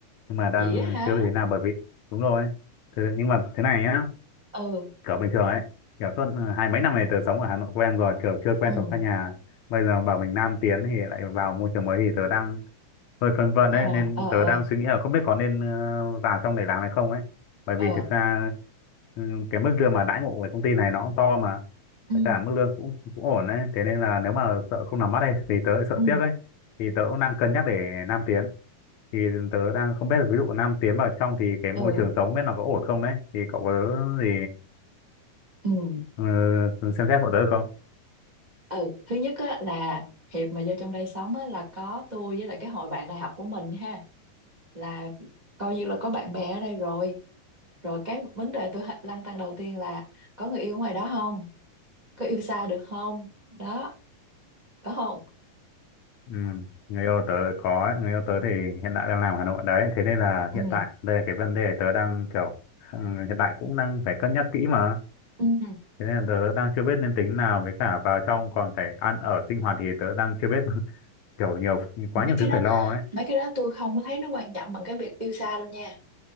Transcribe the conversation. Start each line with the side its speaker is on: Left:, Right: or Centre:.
Left: Nhưng mà đang
Right: vậy á hả
Left: chưa biết thế nào bởi vì, đúng rồi. Thế, nhưng mà thế này nhá,
Right: ừ
Left: kiểu bình thường ấy kiểu suốt ờ, hai mấy năm này tớ sống ở Hà Nội quen rồi kiểu chưa quen
Right: ừ
Left: sống xa nhà bây giờ bảo mình nam tiến thì lại vào môi trường mới thì tớ đang hơi phân vân
Right: ờ
Left: đấy nên
Right: ờ ờ
Left: tớ đang suy nghĩ là không biết có nên ờ, vào trong này làm hay không ấy bởi vì
Right: ờ
Left: thực ra ừ, cái mức lương mà đãi ngộ của công ty này nó cũng to mà
Right: ừ
Left: với cả mức lương cũng cũng ổn đấy thế nên là nếu mà sợ không làm mắt đây thì tớ lại sợ
Right: ừ
Left: tiếc ấy thì tớ cũng đang cân nhắc để nam tiến thì tớ đang không biết là ví dụ nam tiến vào trong thì cái môi
Right: ừ
Left: trường sống biết nó có ổn không đấy thì cậu có gì
Right: ừ
Left: Ờ, xem xét hộ tớ được không?
Right: ừ thứ nhất á là Hiệp mà vô trong đây sống á là có tôi với lại cái hội bạn đại học của mình ha là coi như là có bạn bè ở đây rồi rồi cái vấn đề tôi h- lăn tăn đầu tiên là có người yêu ở ngoài đó không có yêu xa được không đó có không
Left: Ừ, người yêu tớ có ấy. Người yêu tớ thì hiện tại đang làm Hà Nội đấy. Thế nên là
Right: ừ
Left: hiện tại đây là cái vấn đề tớ đang kiểu ừ, hiện tại cũng đang phải cân nhắc kỹ mà.
Right: ừ
Left: Thế nên là tớ đang chưa biết nên tính nào với cả vào trong còn phải ăn ở sinh hoạt thì tớ đang chưa biết <laughs> kiểu nhiều quá
Right: mấy
Left: nhiều
Right: cái
Left: thứ
Right: đó
Left: phải lo ấy.
Right: mấy cái đó tôi không có thấy nó quan trọng bằng cái việc yêu xa đâu nha